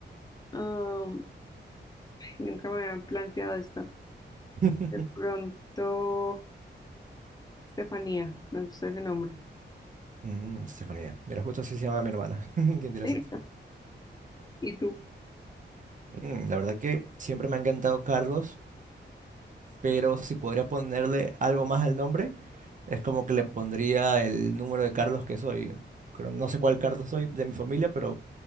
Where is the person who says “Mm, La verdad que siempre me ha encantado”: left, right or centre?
Right